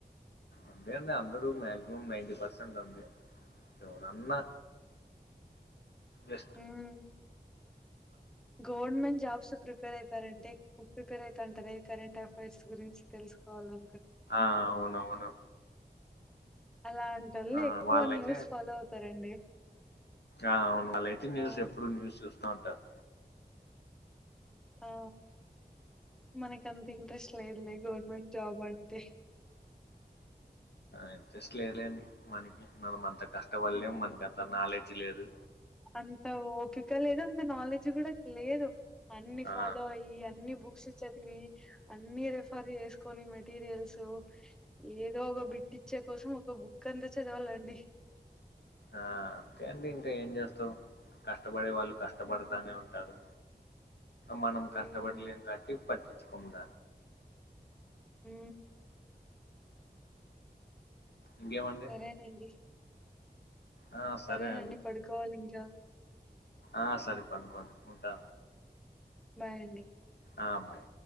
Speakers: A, on the left; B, in the centre.
A: అంతే అండి అందరు మాక్సిమం నైన్ టి పర్సెంట్ అంతే ఎవడన్నా వెస్ట్
B: హ్మ్. గవర్నమెంట్ జాబ్స్ ప్రిపేర్ అయి కరెంటే ప్రిపేర్ అవుతుంటార కరెంట్ అఫైర్స్ గురించి తెలుసుకోవాలను
A: ఆ అవునవును
B: అలాంటి వాళ్ళ
A: ఆ
B: ఎక్కువ
A: వాళ్ళైతే
B: న్యూస్ ఫాలో అవుతారండి
A: ఆ అవును వాళ్ళయితే న్యూస్
B: ఆ
A: ఎప్పుడు న్యూస్ చూస్తా ఉంటారు
B: ఆ మనకి అంత ఇంట్రెస్ట్ లేదులే గవర్నమెంట్ జాబ్ అంటే
A: ఇంట్రెస్ట్ లేదండి మనకి మనం అంత కష్టపలేలేం
B: హ్మ్
A: మనకంత నాలెడ్జ్ లేదు
B: అంత ఓపిక లేదు అంత నాలెడ్జ్ కూడా లేదు అన్ని
A: ఆ
B: ఫాలో అయ్యి అన్ని బుక్స్ చదివి అన్ని రెఫర్ చేసుకొని మెటీరియల్స్ ఏదో ఒక బిట్ ఇచ్చే కోసం ఒక బుక్ అంత చదవాలండి
A: ఆ అంతే అండి ఇంకా ఏం చేస్తావు కష్టపడే వాళ్ళు కష్టపడతానే
B: హ్మ్
A: ఉంటాడు మనం
B: హ్మ్
A: కష్టపడలే కాటి పటి కుముద
B: హ
A: ఇంకేమండి
B: సరేనండి
A: ఆ
B: సరేనండి
A: సరే అండి
B: పడుకోవాలి ఇంకా
A: ఆ సరి పనుకోండి ఉంటా
B: బాయ్అండి
A: ఆ బాయ్